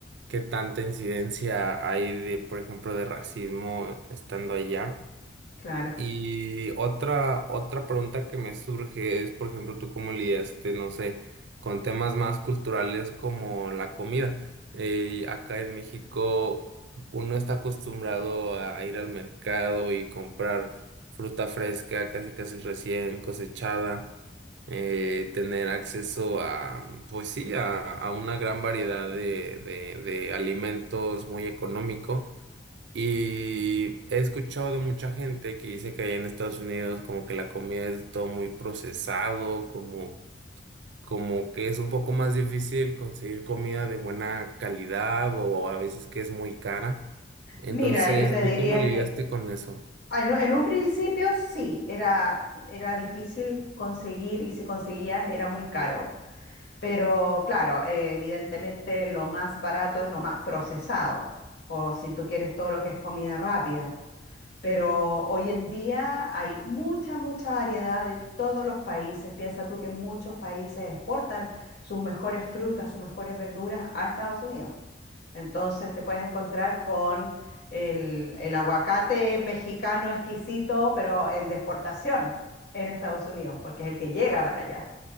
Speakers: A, on the right; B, on the left.
A: qué tanta incidencia hay de, por ejemplo, de racismo estando allá.
B: Claro.
A: Y otra, otra pregunta que me surge es, por ejemplo, tú cómo lidiaste, no sé, con temas más culturales como la comida. Eh, acá en México uno está acostumbrado a ir al mercado y comprar fruta fresca, casi casi recién cosechada eh, tener acceso a, pues sí, a, a una gran variedad de, de, de alimentos muy económico. Y he escuchado de mucha gente que dice que allá en Estados Unidos como que la comida es todo muy procesado, como, como que es un poco más difícil conseguir comida de buena calidad o a veces que es muy cara. Entonces,
B: Mira, yo te
A: ¿tú
B: diría
A: cómo lidiaste
B: que,
A: con eso?
B: Ah, En, en un principio sí, era, era difícil conseguir y si conseguías era muy caro. Pero claro, eh, evidentemente lo más barato es lo más procesado, o si tú quieres todo lo que es comida rápida. Pero hoy en día hay mucha, mucha variedad de todos los países. Piensa tú que muchos países exportan sus mejores frutas, sus mejores verduras a Estados Unidos. Entonces te puedes encontrar con el, el aguacate mexicano exquisito, pero el de exportación en Estados Unidos, porque es el que llega para allá.